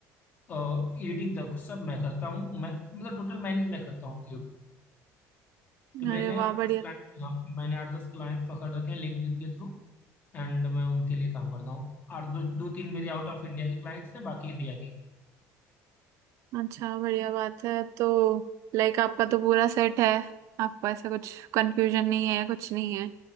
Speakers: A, on the left; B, on the right.
A: एडिटिंग तक सब मैं करता हूँ मैं मतलब टोटल मैनेज मैं करता हूँ उनके यूट्यूब तो मैंने
B: अरे
A: आठ
B: वाह बढ़िया
A: दस क्लाइंट हाँ मैंने आठ दस क्लाइंट पकड़ रखे हैं लिंक्डइन के थ्रू एंड मैं उनके लिए काम करता हूँ आठ दो दो तीन मेरे आउट ऑफ इंडिया के क्लाइंट्स हैं बाकी इंडिया के ही हैं
B: अच्छा बढ़िया बात है तो लाइक आपका तो पूरा सेट है आपको ऐसा कुछ कंफ्यूजन नहीं है कुछ नहीं है